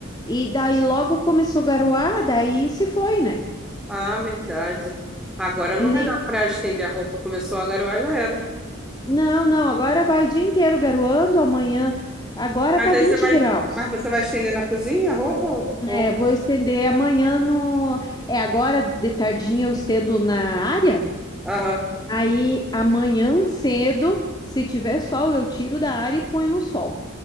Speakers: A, on the left; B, in the centre.
A: E daí logo começou a garoar, daí se foi, né?
B: Ah, verdade. Agora não
A: Nem
B: vai dar para estender a roupa. Começou a garoar, já era.
A: Não, não, agora vai o dia inteiro garoando, amanhã. Agora
B: Mas
A: tá
B: aí
A: 20
B: você vai,
A: graus.
B: mas você vai estender na cozinha a roupa? Ou...
A: É, vou estender amanhã no. É, agora de tardinha eu estendo na área.
B: Aham.
A: Aí amanhã cedo, se tiver sol, eu tiro da área e ponho no sol.